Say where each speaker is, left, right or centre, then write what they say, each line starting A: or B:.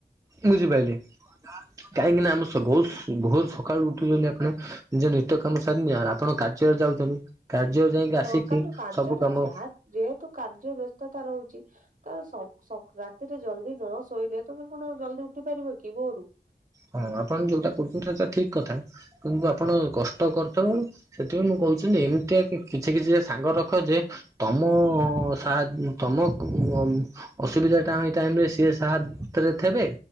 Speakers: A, on the right (about 20°); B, on the right (about 50°).
A: ବୁଝିପାଇଲେ। କାହିଁକିନା ଆମେ ସ ଭୋଉତ ଭୋରୁ ସକାଳୁ ଉଠିକିନା ଆପଣ ନିଜ ନିତ୍ୟକାମ ସାରିନିଏ। ଆ ଆ ପଣ କାର୍ଯ୍ୟରେ ଯାଉଚନ୍ତି କାର୍ଯ୍ୟରେ ଯାଇଁକି
B: ହଁ
A: ଆସିକି
B: କାରଣ କାର୍ଯ୍ୟଟା
A: ସବୁ କାମ
B: ଯାହା ଯେହେତୁ କାର୍ଯ୍ୟ ବେସ୍ତତା ରହୁଚି ତ ସଗ୍ ସକ୍ ରାତିରେ ଜଲଦି ନ ଶୋଇଲେ ତମେ କଣ ଜଲଦି ଉଠିପାରିବ କି ଭୋରୁ?
A: ହଁ ଆପଣ ଯୋଉଟା କୁ <unintelligible> ଠିକ୍ କଥା କିନ୍ତୁ ଆପଣ କଷ୍ଟ କରିଥେବେ ସେଥିପାଇଁ ମୁଁ କହୁଛି ନେ ଏମିତିଆ କିଛି କିଛିଟା ସାଙ୍ଗ ରଖ ଯେ ତମ ସାଦ୍ ଉଁ ତମକୁ ଉଁ ଅଁ ଅସୁବିଧା ଟାଇ ଟାଇମରେ ସିଏ ସାତରେ ଥେବେ